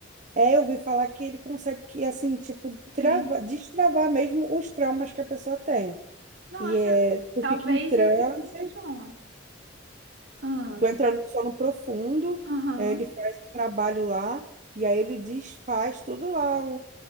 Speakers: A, on the right (about 40°); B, on the right (about 70°).
A: é, eu ouvi falar que ele consegue, que, assim, tipo,
B: Entendi.
A: trava, destravar mesmo os traumas que a pessoa tem.
B: Nossa,
A: E é, tu
B: talvez
A: fica em transe.
B: esse funcione. Ah,
A: Tu entra no sono profundo,
B: Aham.
A: eh, ele faz o trabalho lá, e aí ele desfaz tudo lá o,